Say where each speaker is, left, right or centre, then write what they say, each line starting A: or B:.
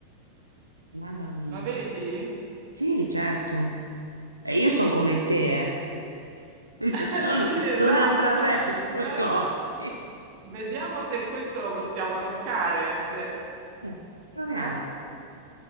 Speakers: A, on the right; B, on the right.
A: Mamma mia.
B: Lo vedi?
A: Sì, certo. E io sono come te, eh. <laughs>
B: <laughs>
A: Non sono,
B: Sì, esatto.
A: non attraverso
B: Noi-
A: <laughs> i cosi.
B: Vediamo se questo lo possiamo toccare, se
A: Eh, proviamo.
B: Eh?